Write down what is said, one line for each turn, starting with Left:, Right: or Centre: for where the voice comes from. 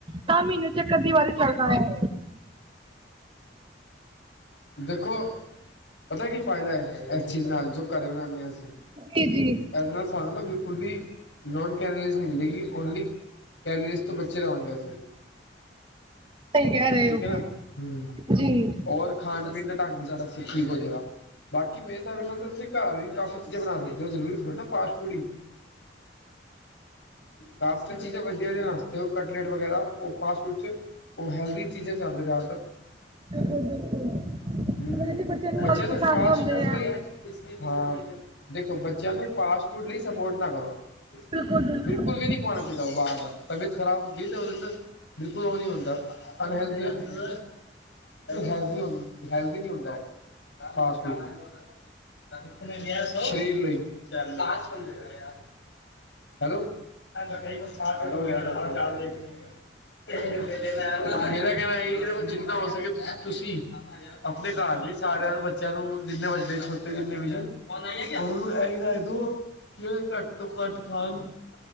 Right: ਤਾਂ ਮਹੀਨੇ ਚ ਇੱਕ ਅੱਧੀ ਵਾਰੀ ਚੱਲਦਾ ਵਾ
Left: ਦੇਖੋ, ਪਤਾ ਕੀ ਫਾਇਦਾ ਇਸ ਚੀਜ਼ ਨਾਲ ਜੋ ਘਰੇ ਬਣਾਂਦੇ ਆ ਅਸੀਂ
Right: ਜੀ-ਜੀ
Left: ਇਹਦੇ ਨਾਲ ਸਾਨੂੰ ਨਾ ਬਿਲਕੁਲ ਵੀ ਨੋਨ ਕੈਲਰੀਜ਼ ਨਹੀਂ ਮਿਲੇਗੀ ਓਨਲੀ ਕੈਲਰੀਜ਼ ਤੋਂ ਬੱਚੇ ਰਵਾਂਗੇ।
Right: ਸਹੀ ਕਹਿ ਰਹੇ
Left: ਠੀਕ
Right: ਹੋ
Left: ਐ ਨਾ ਹ
Right: ਜੀ
Left: ਹੋਰ ਖਾਣ ਪੀਣ ਦਾ ਢੰਗ ਵੀ ਸਾਡਾ ਠੀਕ ਹੋਜੇਗਾ ਬਾਕੀ ਮੇਰੇ ਹਿਸਾਬ ਨਾਲ ਤੁਸੀਂ ਘਰ ਵੀ ਕਾਫ਼ੀ ਚੀਜ਼ਾਂ ਬਣਾ ਲੈਂਦੇ ਹੋ ਜ਼ਰੂਰੀ ਮਤਲਬ ਫਾਸਟ ਫੂਡ ਹੀ।
Right: <inaudible>
Left: ਕਾਫੀ ਚੀਜ਼ਾਂ ਵਧੀਆ ਆਵਾ ਤੇ ਉਹ ਕਟਲੇਟ ਵਗੈਰਾ, ਉਹ ਫਾਸਟ ਫੂਡ ਚ ਉਹ ਹੈਲਦੀ ਚੀਜ਼ਾਂ ਚ ਆਂਦੇ ਜ਼ਿਆਦਾਤਰ
Right: ਬਿਲਕੁਲ-ਬਿਲਕੁਲ
Left: ਹੂੰ,
Right: ਵੈਸੇ
Left: ਬੱਚਿਆਂ
Right: ਆਲੂ
Left: ਨੂੰ
Right: ਪਸੰਦ
Left: ਫਾਸਟ
Right: ਹੁੰਦੇ
Left: ਫੂਡ
Right: ਆ
Left: ਲਈ ਹਾਂ, ਦੇਖੋ ਬੱਚਿਆਂ ਦੇ ਫਾਸਟ ਫੂਡ ਲਈ ਸਪੋਰਟ ਨਾ ਕਰੋ,
Right: ਬਿਲਕੁਲ-ਬਿਲਕੁਲ
Left: ਬਿਲਕੁਲ ਵੀ ਨੀ ਪਾਉਣਾ ਚਾਹੀਦਾ ਉਹ ਬਾਹਰ ਦਾ, ਤਬੀਅਤ ਖ਼ਰਾਬ ਹੁੰਦੀ ਏ ਤੇ ਓਦੇ ਅੰਦਰ, ਬਿਲਕੁਲ ਉਹ ਨੀ ਹੁੰਦਾ, ਅਨਹੇਲਦੀ ਬਿਲਕੁਲ ਹੈਲ-ਹੈਲਦੀ ਨੀ ਹੁੰਦਾ ਓ ਫਾਸ਼ਟ ਫੂਡ। ਸ਼ਰੀਰ ਲਈ ਅਜ ਸਮਝਗਾ ਯਾਰ ਹੈਲੋ <unintelligible> ਕਈ ਕੰਮ ਨੇ। <unintelligible> ਮੇਰਾ ਕਹਿਣਾ ਇਹ ਕਿ ਦੇਖੋ ਜਿੰਨਾ ਹੋ ਸਕੇ ਤੁਸੀਂ ਅਪਨੇ ਘਰ ਵੀ ਸਾਰਿਆਂ ਨੂੰ ਬੱਚਿਆਂ ਨੂੰ, ਜਿੰਨੇ ਵੱਡੇ-ਛੋਟੇ ਜਿੰਨੇ ਬੀ ਨੇ ਉਹਨਾਂ ਨੂੰ ਇਹੀ ਰਹਿ ਦੋ ਕਿ ਘੱਟ ਤੋਂ-ਘੱਟ ਖਾਨ <unintelligible>